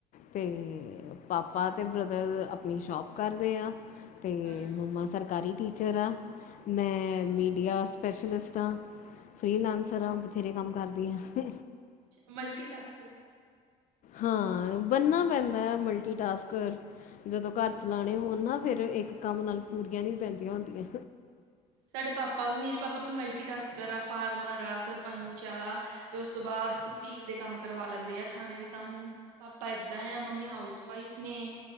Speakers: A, on the left (about 50°); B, on the right (about 80°).
A: ਤੇ ਪਾਪਾ ਤੇ ਬ੍ਰਦਰ ਅਪਨੀ ਸ਼ੋਪ ਕਰਦੇ ਆ। ਤੇ
B: ਹਾਂਜੀ
A: ਮੰਮਾ ਸਰਕਾਰੀ ਟੀਚਰ ਆ, ਮੈਂ
B: ਅੱਛਾ
A: ਮੀਡੀਆ ਸਪੈਸ਼ਿਲਸ ਤਾਂ, ਫਰੀ ਲਾਂਸਰ ਆ ਬਥੇਰੇ ਕੰਮ ਕਰਦੀ ਆ।
B: ਮਲਟੀ-ਟਾਸਕਰ ਓ।
A: ਹਾਂ ਬਨਨਾ ਪੈਂਦੈ ਮਲਟੀ-ਟਾਸਕਰ। ਜਦੋ ਘਰ ਚਲਾਣੇ ਹੋਣ ਨਾ ਫੇਰ ਏਕ ਕੰਮ ਨਾਲ ਪੂਰੀਆ ਨੀ ਪੈਂਦੀਆਂ ਹੁੰਦੀਆ।
B: ਸਾਡੇ ਪਾਪਾ ਵੀ ਮੇਰੇ ਪਾਪਾ ਵੀ ਮਲਟੀ ਟਾਸਕਰ ਆ, ਫਾਰਮਰ ਆ, ਸਰਪੰਚ ਆ, ਤੇ ਉਸ ਤੋਂ ਬਾਦ ਤਸੀਲ ਦੇ ਕੰਮ ਕਰਵਾ ਲੈਂਦੇ ਆ ਖਾਣੇ ਦੇ ਕੰਮ ਪਾਪਾ ਏਦਾਂ ਆ, ਮੰਮੀ ਹਾਊਸ-ਵਾਈਫ ਨੇ